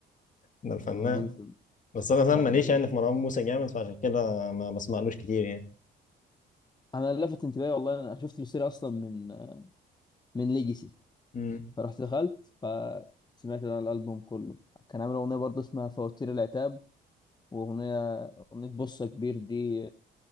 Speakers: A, on the left; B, on the left.
A: ده الفنان
B: دي في...
A: بس انا فاهم
B: لا
A: ماليش
B: ده
A: يعني في مروان موسى جامد فعشان كده ما بسمعلوش كتير يعني
B: انا اللي لفت انتباهي والله انا شفت له سيرة اصلا من من ليجاسي
A: امم
B: فرحت دخلت فسمعت انا الالبوم كله كان عامل اغنيه برضه اسمها فواتير العتاب واغنيه اغنيه بصه كبير دي